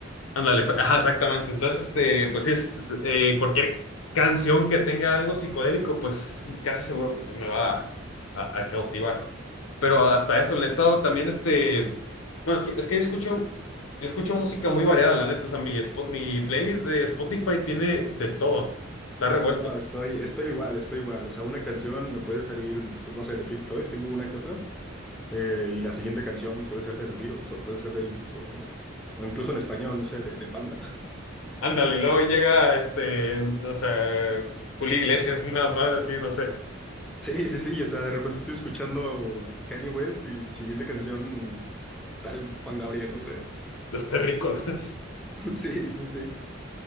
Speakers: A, on the left; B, in the centre.
A: Ándale, exa- ajá, exactamente. Entonces, este, pues sí, es, es, eh, cualquier canción que tenga algo psicodélico, pues casi seguro que pues, me va a, a- a cautivar. Pero hasta eso, le he estado también, este, bueno, es que, es que yo escucho, yo escucho música muy variada, la neta. O sea, mi, spo- mi playlist de Spotify tiene de todo, está revuelto.
B: No, estoy, estoy igual, estoy igual. O sea, una canción me puede salir, pues no sé, de Pink Floyd, tengo una que otra. eh, y la siguiente canción puede ser de The Beatles o puede ser de Elvis o, o incluso en español, no sé, de, de Panda. <laughs>
A: Ándale, y luego llega, este, no sé, Julio Iglesias, <laughs> nada más, así, no sé,
B: Sí, sí, sí. O sea, de repente estoy escuchando Kanye West y siguiente canción tal Juan Gabriel, no sé. <laughs>
A: los terrícolas.
B: Sí, sí, sí.